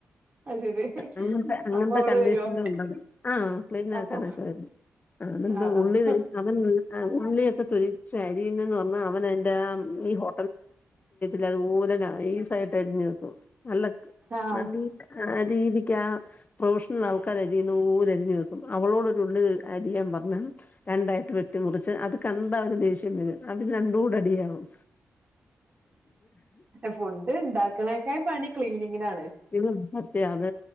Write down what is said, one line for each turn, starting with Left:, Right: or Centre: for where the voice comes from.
Right: അത് ശരി
Left: അങ്ങനത്തെ അങ്ങനത്തെ
Right: അപ്പൊ അവള്
Left: കണ്ടീഷന
Right: വരുവോ
Left: ഉള്ളത് ആഹ് ക്ലീൻ
Right: അപ്പൊ
Left: ആക്കാനൊക്കെ പറ്റും അതെന്താ
Right: ആഹ്
Left: ഉള്ളി തൊലി അതെന്താ ആഹ് ഉള്ളിയൊക്കെ തൊലിച്ച് അരി യുന്നവന്ന അവന് എന്റെ ആഹ് ഇ ഹോ അതുപോലെ നൈസായിട്ട് അറിഞ്ഞെടുക്കു നല്ല
Right: ആഹ് ആഹ്
Left: നല്ല ആഹ് രീതിയ്ക്ക് ആഹ് പ്രൊഫഷണൽ ആൾക്കാരരിയുന്ന അത് പോലെ അരിഞ്ഞു വെക്കും അവളോട് ഒരു ഉള്ളി അരിയാൻ പറഞ്ഞാൽ രണ്ടായിട്ട് വെട്ടി മുറിച്ച് അത് കണ്ടാ അവൻ ദേഷ്യം വരും അതിൽ രണ്ടും കൂടെ അടിയാവും അടിയാവും
Right: ഫുഡ് ഇണ്ടാക്കണേക്കയും പണി ക്ലീനിങ്ങിനാണ്
Left: ഇത് സത്യ അത്